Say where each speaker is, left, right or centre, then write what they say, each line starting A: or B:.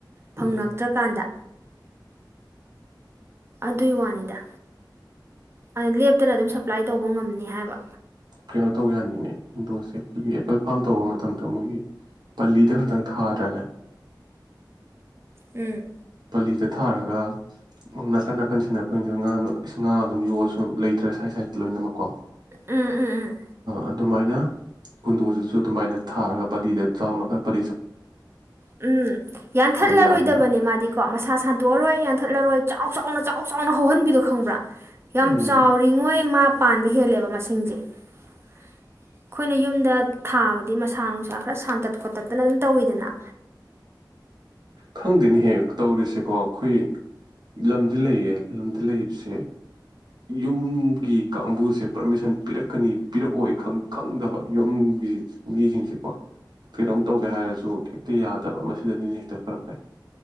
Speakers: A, on the right; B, on the right.
A: ꯐꯪꯉꯛꯇ꯭ꯔꯀꯥꯟꯗ
B: ꯎꯝ
A: ꯑꯗꯨꯒꯤ ꯋꯥꯅꯤꯗ ꯑꯗꯨ ꯂꯦꯞꯇꯅ ꯑꯗꯨꯝ ꯁꯄ꯭ꯂꯥꯏ ꯇꯧꯕ ꯉꯝꯅꯤ ꯍꯥꯏꯕ
B: ꯀꯩꯅꯣ ꯇꯧ ꯌꯥꯅꯤꯅꯦ ꯀꯨꯟꯗꯣꯁꯦ ꯑꯩꯈꯣꯏꯒꯤ ꯑꯦꯜ ꯐꯥꯔꯝ ꯇꯧꯕ ꯃꯇꯝꯗ ꯃꯣꯏꯒꯤ ꯄꯜꯂꯤꯗ ꯈꯛꯇꯪ ꯊꯥꯗ꯭ꯔꯅꯦ
A: ꯎꯝ
B: ꯄꯂꯤꯗ ꯊꯥꯔꯒ ꯅꯥꯀꯟ ꯅꯥꯀꯟꯁꯤꯅ ꯑꯩꯈꯣꯏꯅ ꯉꯥ ꯉꯥ ꯑꯗꯨꯝ ꯌꯣꯜꯂꯁꯨ ꯂꯩꯇ꯭ꯔ ꯁꯥꯏꯠ ꯁꯥꯏꯗꯠꯇ ꯂꯣꯏꯅꯃꯛ ꯑ
A: ꯎꯝ ꯎꯝ ꯎꯝ
B: ꯑꯗꯨꯃꯥꯏꯅ ꯀꯨꯟꯗꯣꯁꯤꯁꯨ ꯑꯗꯨꯃꯥꯏꯅ ꯊꯥꯔꯒ ꯄꯂꯤꯗ ꯆꯥꯎꯅ ꯈ ꯄ
A: ꯎꯝ ꯌꯥꯟꯊꯠꯂꯔꯣꯏꯗꯕꯅꯦ
B: ꯌꯥꯅꯤꯅꯦ
A: ꯃꯥꯗꯤ ꯀꯣ ꯃꯁꯥ ꯁꯟꯇꯣꯛꯑꯔꯣꯏ ꯌꯥꯟꯊꯠꯂꯔꯣꯏ ꯆꯥꯎ ꯆꯥꯎꯅ ꯆꯥꯎ ꯆꯥꯎꯅ ꯍꯧꯍꯟꯕꯤꯗꯣ ꯈꯪꯕ꯭ꯔꯥ ꯌꯥꯝ
B: ꯎꯝ
A: ꯆꯥꯎꯔꯤꯉꯣꯏ ꯃꯥ ꯄꯥꯟꯕ ꯍꯦꯜꯂꯦꯕ ꯃꯁꯤꯡꯁꯦ ꯑꯩꯈꯣꯏꯅ ꯌꯨꯝꯗ ꯊꯥꯕꯗꯤ ꯃꯁꯥ ꯅꯨꯡꯁꯥ ꯈꯔ ꯁꯥꯟꯇꯠ ꯈꯣꯠꯇꯠꯇꯅ ꯑꯗꯨꯝ ꯇꯧꯋꯤꯗꯅ
B: ꯈꯪꯗꯦꯅꯦ ꯍꯦꯛ ꯇꯧꯔꯤꯁꯦꯀꯣ ꯑꯩꯈꯣꯏ ꯂꯝꯗ ꯂꯩꯌꯦ ꯂꯝꯗ ꯂꯩꯕꯁꯦ ꯌꯨꯝꯒꯤ ꯀꯥꯡꯕꯨꯁꯦ ꯄꯔꯃꯤꯁꯟ ꯄꯤꯔꯛꯀꯅꯤ ꯄꯤꯔꯛꯑꯣꯏ ꯈꯪꯗꯕ ꯌꯨꯝꯒꯤ ꯃꯤꯁꯤꯡꯁꯦꯀꯣ ꯀꯩꯅꯣꯝ ꯇꯧꯒꯦ ꯍꯥꯏꯔꯁꯨ ꯍꯦꯛꯇ ꯌꯥꯗꯕ ꯃꯁꯤꯗꯅꯤꯅꯦ ꯐꯔꯛ ꯇꯥꯏ